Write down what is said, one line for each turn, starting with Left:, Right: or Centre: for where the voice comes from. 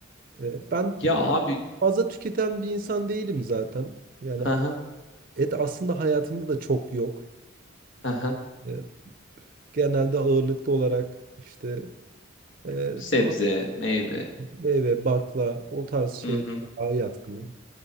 Right: E, ben
Left: Ya abi,
Right: fazla tüketen bir insan değilim zaten. Yani
Left: hı hı,
Right: et aslında hayatımda da çok yok.
Left: hı hı.
Right: E, genelde ağırlıklı olarak işte e,
Left: Sebze,
Right: daha
Left: meyve.
Right: Meyve, bakla o tarz şeylere
Left: Hı hı,
Right: daha yatkınım.